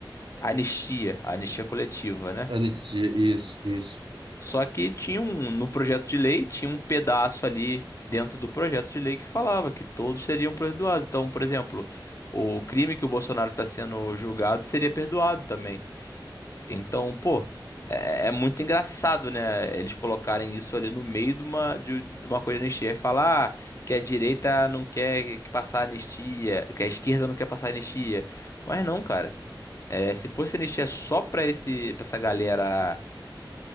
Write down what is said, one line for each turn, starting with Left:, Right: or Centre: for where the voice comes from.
Left: anistia, anistia coletiva, né?
Right: anistia, isso, isso.
Left: Só que tinha um no projeto de lei tinha um pedaço ali dentro do projeto de lei que falava que todos seriam perdoados. Então, por exemplo, o crime que o Bolsonaro está sendo julgado seria perdoado também. Então, pô, é, é muito engraçado, né? Eles colocarem isso ali no meio de uma, de, de uma coisa de anistia e falar ah, que a direita não quer que passar anistia, que a esquerda não quer passar anistia. Mas não, cara. É, se fosse anistia só pra esse, pra essa galera,